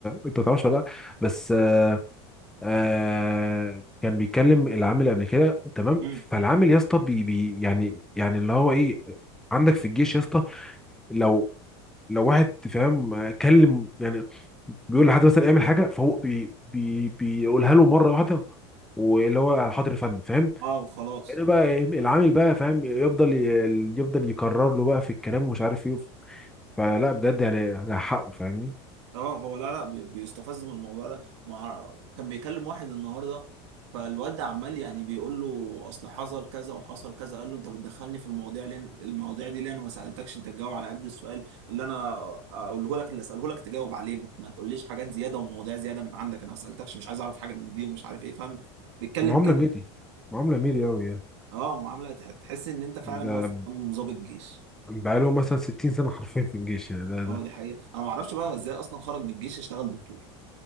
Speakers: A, in the centre; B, on the right.
A: انت ما تعرفش ولا لا بس آه كان بيكلم العامل قبل كده تمام
B: امم
A: فالعامل يا اسطى بي بي يعني يعني اللي هو ايه عندك في الجيش يا اسطى لو لو واحد فاهم آه، كلم يعني بيقول لحد مثلا اعمل حاجه فهو بي بي بيقولها له مره واحده واللي هو حاضر يا فندم فاهم
B: اه وخلاص
A: هنا بقى إيه، العامل بقى فاهم يفضل ي- يفضل يكرر له بقى في الكلام ومش عارف ايه فلا بجد يعني على حقه فاهمني
B: اه هو لا لا بي- بيستفز من الموضوع ده مع... كان بيكلم واحد النهارده فالواد عمال يعني بيقول له اصل حصل كذا وحصل كذا قال له انت بتدخلني في المواضيع ليه المواضيع دي ليه انا ما سالتكش انت تجاوب على قد السؤال اللي انا اقوله لك اللي اساله لك تجاوب عليه ما ما تقوليش حاجات زياده ومواضيع زياده من عندك انا ما سالتكش مش عايز اعرف حاجه من دي ومش عارف ايه فاهم بيتكلم
A: معامله
B: كده
A: ميري معامله ميري قوي يعني
B: اه معامله تح- تحس ان انت فعلا
A: ده
B: واقف قدام ضابط جيش
A: بقاله مثلا 60 سنة حرفيا في الجيش يعني ده
B: اه
A: ده
B: دي حقيقه انا ما اعرفش بقى هو ازاي اصلا خرج من الجيش اشتغل دكتور